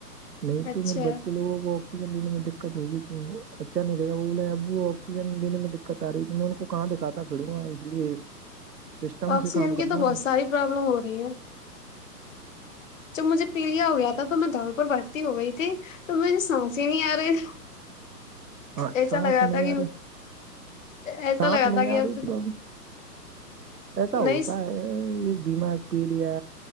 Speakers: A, on the right; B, on the left.
A: نہیں
B: اچھا
A: تو میرے بچے لوگوں کو اکسیجن لینے میں دقت ہوگی تو اچھا انہیں اب وہ اکسیجن لینے میں دقت ا رہی ہے تو میں ان کو کہاں دکھاتا پھروں گا اس لیے سسٹم
B: اکسیجن
A: سے کام کرنا
B: کی تو بہت ساری پرابلم ہو رہی ہے جب مجھے پیلیا ہو گیا تھا تو میں دڑ پر بھرتی ہو گئی تھی تو میرے سانس ہی نہیں ا رہا تھا
A: ہاں
B: ایسا
A: سانس
B: لگا
A: نہیں
B: تھا کہ
A: آ رہی
B: ایسا
A: سانس
B: لگا
A: نہیں
B: تھا کہ
A: آ
B: اب
A: رہی تو ابھی ایسا
B: نہیں
A: ہوتا ہے یہ بیمار پیریا